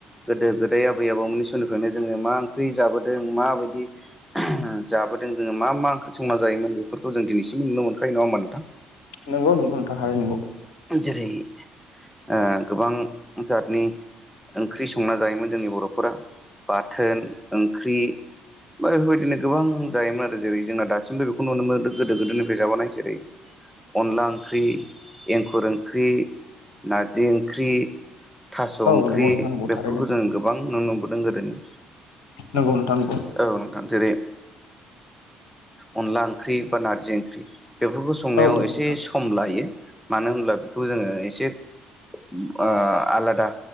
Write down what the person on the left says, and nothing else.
नोंगौ नोंगौ नोथां थारै नोंगौ।
औ नंगौ नोंथां नंगौ
थारैनो
नोंगौ नोथां नोंगौ
औ नोंथां